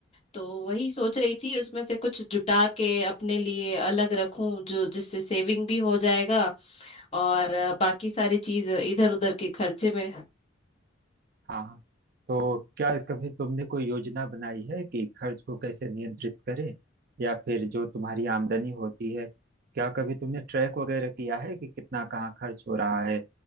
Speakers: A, on the left; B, on the right.
A: तो वही सोच रही थी उसमें से कुछ जुटा के अपने लिए अलग रखूं जो जिससे सेविंग भी हो जाएगा और अ, बाकी सारी चीज इधर उधर के खर्चे में
B: हाँ तो क्या कभी तुमने कोई योजना बनाई है कि खर्च को कैसे नियंत्रित करें या फिर जो तुम्हारी आमदनी होती है क्या कभी तुमने ट्रैक वगैरह किया है कि कितना कहाँ खर्च हो रहा है